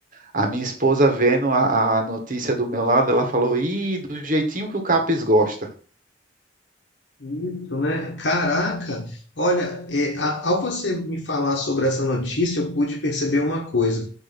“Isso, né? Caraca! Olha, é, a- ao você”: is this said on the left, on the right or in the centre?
Left